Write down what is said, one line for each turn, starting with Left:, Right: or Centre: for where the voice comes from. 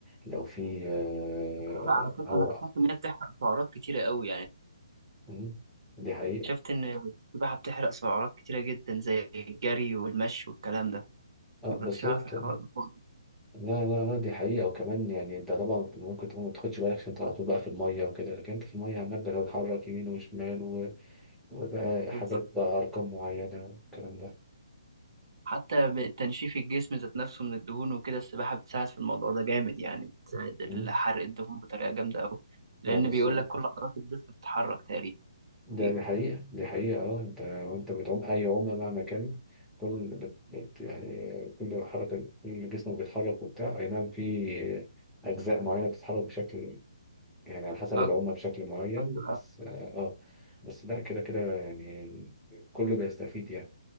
Centre: لو في آه،
Right: بتحرق على فكره
Centre: أو
Right: انا اكتشفت ان هي بتحرق سعرات كتيره قوي يعني
Centre: مم، دي حقيقة
Right: شفت ان السباحه بتحرق سعرات كتيره جدا زي الجري والمشي والكلام ده
Centre: آه،
Right: ما
Centre: بالظبط
Right: كنتش عارف الحوار ده خالص.
Centre: لا لا آه، دي حقيقة وكمان يعني أنت طبعا ممكن تكون ما تاخدش بالك عشان أنت على طول بقى في المية وكده لكن أنت في المية عمال بتتحرك يمين وشمال و- وبقى
Right: بالظبط
Centre: حاجات بقى أرقام معينة والكلام ده
Right: حتى تنشيف الجسم ذات نفسه من الدهون وكده السباحه بتساعد في الموضوع ده جامد يعني بتساعد
Centre: مم،
Right: حرق الدهون بطريقه جامده قوي
Centre: لا
Right: لان
Centre: بالظبط
Right: بيقول لك كل عضلات الجسم بتتحرك تقريبا
Centre: ده
Right: في
Centre: دي حقيقة دي حقيقة اه انت وانت بتعوم اي عومة مهما كان كل بت... بت- يعني كل حركة كل جسمك بيتحرك وبتاع اي نعم في اجزاء معينة بتتحرك بشكل يعني على حسب
Right: أكتر
Centre: العمة بشكل معين
Right: أيوة
Centre: بس اه آه. بس لا كده كده يعني كله بيستفيد يعني